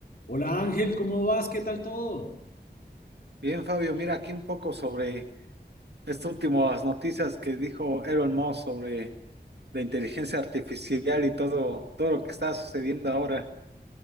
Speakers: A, on the left (about 55°); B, on the right (about 75°).
A: Hola Ángel, ¿cómo vas? ¿Qué tal todo?
B: Bien, Fabio, mira aquí un poco sobre estas últimas noticias que dijo Elon Musk sobre la inteligencia artificial y todo, todo lo que está sucediendo ahora.